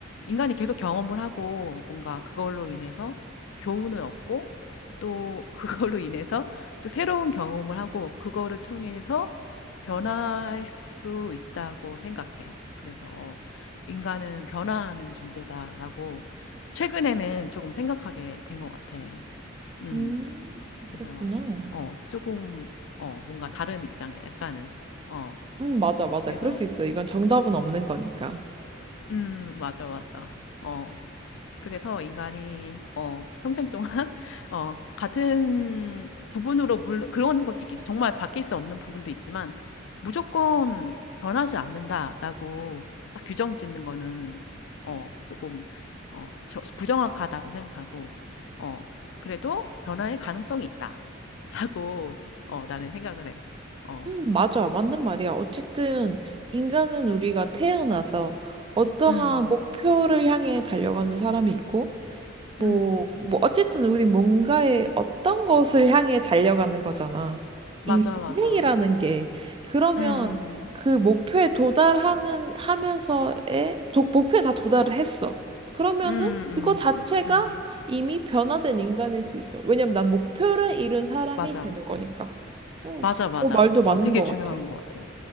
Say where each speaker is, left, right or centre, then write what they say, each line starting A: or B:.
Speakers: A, on the left; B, on the right.
A: 인간이 계속 경험을 하고 뭔가 그걸로 인해서 교훈을 얻고 또 그걸로 <laughs> 인해서 또 새로운 경험을 하고 그거를 통해서 변화할 수 있다고 생각해. 그래서 인간은 변화하는 존재다라고 최근에는 조금 생각하게 된 것 같아. 음,
B: 음,
A: 그래서,
B: 그렇구나.
A: 어, 조금, 어, 뭔가 다른 입장이야, 약간은. 어,
B: 음, 맞아, 맞아.
A: 그래서,
B: 그럴 수 있어. 이건 정답은 없는 거니까.
A: 음, 맞아, 맞아. 어. 그래서 인간이 어 평생 동안 <laughs> 어 같은 부분으로 물론 그런 것도 있겠지. 정말 바뀔 수 없는 부분도 있지만 무조건 변하지 않는다라고 딱 규정 짓는 거는 어 조금 어 저- 부정확하다고 생각하고 어 그래도 변화의 가능성이 있다라고 어 나는 생각을 해. 어.
B: 음, 맞아. 맞는 말이야. 어쨌든 인간은 우리가 태어나서 어떠한
A: 음.
B: 목표를 향해 달려가는 사람이 있고, 뭐,
A: 음.
B: 뭐, 어쨌든 우리 뭔가의 어떤 것을 향해 달려가는 거잖아.
A: 맞아,
B: 이
A: 맞아.
B: 인생이라는 게. 그러면
A: 음.
B: 그 목표에 도달하는, 하면서의, 도- 목표에 다 도달을 했어. 그러면은
A: 음, 음,
B: 그거 자체가
A: 음.
B: 이미 변화된 인간일 수 있어. 왜냐면 난 목표를 이룬 사람이
A: 맞아.
B: 되는 거니까. 응,
A: 맞아, 맞아.
B: 너 말도 맞는
A: 어, 되게
B: 것
A: 중요한
B: 같아.
A: 것 같아.